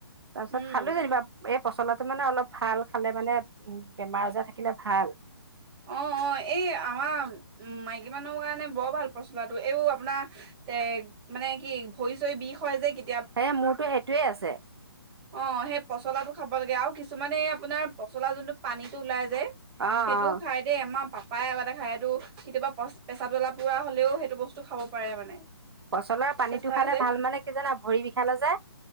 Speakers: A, on the right; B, on the right.
A: তাৰপিছত
B: উম।
A: খালো যেনিবা এ পচলাটো মানে অলপ ভাল খালে মানে উ বেমাৰ আজাৰ থাকিলে ভাল
B: অ অ এই আমাৰ উম মাই মাইকী মানুহৰ কাৰণে বৰ ভাল পচলা টো এইবোৰ আপোনাৰ এ মানে কি ভৰি চৰি বিষ হয় যে কেত
A: হে মোৰতো সেইটোৱে আছে
B: অ সেই পচলাটো খাব লাগে আৰু কিছুমানে আপোনাৰ পচলাৰ যোনটো পানীটো ওলাই যে যে
A: অ
B: সেইটোও
A: অ
B: খাই দে আমাৰ পাপ পায় আগতে খায় এইটো কেতিয়াবা পেছাব জ্বলা পোৰা হলেও সেইটো বস্তু খাব পাৰে মানে
A: পচলাৰ পানীটো
B: চেঁচা
A: খালে
B: যে
A: ভাল মানে কি জানা ভৰি বিষালে যে